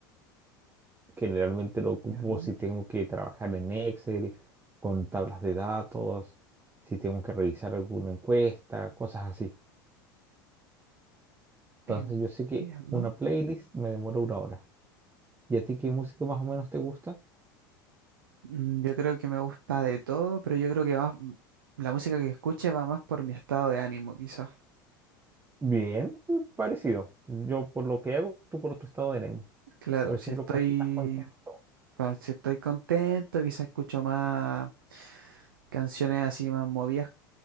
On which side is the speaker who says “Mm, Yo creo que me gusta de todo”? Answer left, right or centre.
Right